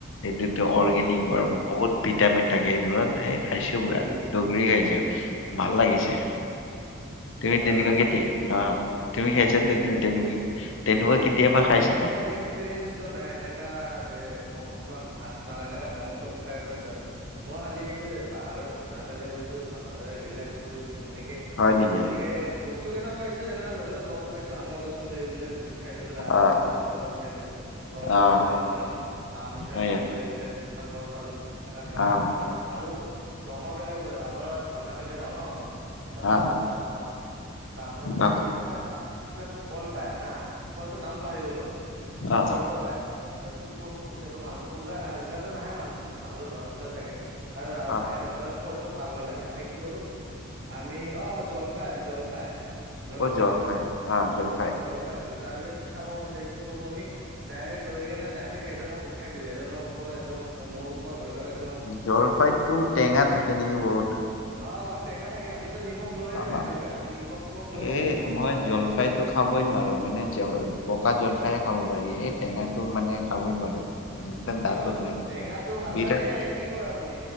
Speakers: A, on the left; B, on the right.
A: এইটোতো অৰ্গেনিক
B: উম
A: বহুত ভিটামিন থাকে এইবোৰত এই খাইছো পুৰা,
B: হম
A: দগৰি খাইছো, ভাল লাগিছে। তুমি
B: তথা
A: তেনেকুৱাকে কি অ, তুমি খাইছা
B: কি
A: তে
B: কৈছা?
A: তেনু তেনু কি তেনেকুৱা কেতিয়াবা
B: এনেকা
A: খাইছানে?
B: মোৰ নেক্স পিৰিয়েঞ্চটো নাই এনেকা যে মই কৰবা ভাছ মাৰা এনেকা ডং - চং চাইডত যোৱা না মই খালি এইটোৱে পাহাৰত ঝৰ্ণা ফালে গৈছো, ঝৰ্ণা ফালে ৰিলেক্স কৰিছো সেনেকে
A: হয় নেকি
B: সেনেকে বস্তু কেইটামান <unintelligible> পাইছোঁ যেনেকা ধৰি লওক গছ পাইছোঁ আমৰ গছ পুলি। <unintelligible> উঠাই ল'লো আমৰ
A: অ
B: আম গিলা উঠাই ল'লো গৰমৰ
A: অ
B: চিজন আছিল নহ আম উঠাই
A: হয়
B: ল'লো এই বোলে। <unintelligible> গছ পালোঁ। এটাক বা এটা
A: অ
B: মানুহে আৰু ডঙৰ <unintelligible> গৈ আমাৰ ঝৰ্ণাৰ ফালে যাওঁ নহ। এটা মাজত
A: অ অ
B: এটা ঘৰ <unintelligible> তাতে
A: অ অ
B: কিবা এটা কিবা এটা ফল পায় হা ফলটো নাম পাহৰি গ'লো
A: অ অ
B: ফলটো পাই ত' কি কৰোঁ এতিয়াতো মানুহটো ওলাই নাহে ওলাই <unintelligible> নাহে মানুহটো মানুহ ঘৰৰ ভিতৰতে থাকে তাৰে
A: অ
B: বাহিৰৰ ফালত ফলটো পাৰবো লাগে আমি কি কৰোঁ আমি অ' জলফাই, জলফাই। জলফাই,
A: অ অ জলফাই
B: জলফাইটো তাৰপিছত কি খাব মন যায় কি কৰোঁ আমি। ডাইৰেক্ট ধৰি কিনে ডাইৰেক্ট এজনক উঠাই দিওঁ এজনৰ ওপৰত এজনক মোৰ ওপৰত ধৰি লওক এক
A: জলফাইটো টেঙা থাকে নেকি বহুত?
B: অ', অ' টেঙা থাকে আমিতো নিমখ লৈ
A: তামাম
B: যাওঁ <unintelligible> আমি নিমখ চিমখ
A: এ
B: লৈ যাওঁ <unintelligible>
A: মই
B: কলা নিমখ
A: জলফাইটো
B: লৈ যাওঁ।
A: খাবই নোৱাৰো মানে জল পকা জলফাইহে খাব পাৰি এই টেঙাটো মানে খাবই নোৱাৰো। একদম
B: এ'
A: দাঁতত
B: কিয়
A: লাগি
B: টেঙাটো
A: ধৰে।
B: ভাল
A: বিৰাট
B: লাগে কি কয় আপুনি